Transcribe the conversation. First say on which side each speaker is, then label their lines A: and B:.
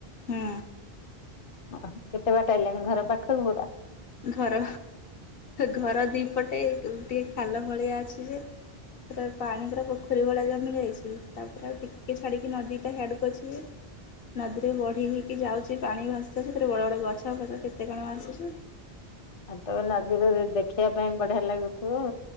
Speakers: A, on the left (about 65°); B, on the left (about 40°).
A: ହୁଁ।
B: ଓହ କେତେ ବାଟ ହେଲାଣି ଘର ପାଖକୁ ପୁରା।
A: ଘର ଘର ଦିପଟେ ଟିକେ ଖାଲ ଭଳିଆ ଅଛି ଯେ ପାଣି ପୁରା ପୋଖରୀ ଭଳି ଜମି ଯାଇଛି ତାପରେ ଆଉ ଟିକେ ଛାଡ଼ିକି ନଦୀଟା ହିଆଡକୁ ଅଛି ଯେ ନଦୀରେ ବଢି ହେଇକି ଯାଉଛି ପାଣି ଭାସି ଯାଉଛି ସେଥିରେ ବଡ ବଡ ଗଛ ଫଛ କେତେ କଣ ଭାସିଛି।
B: ଆଉ ତମ ନଦୀରୁ ଦେଖିବା ପାଇଁ ବଢିଆ ଲାଗୁଥିବ।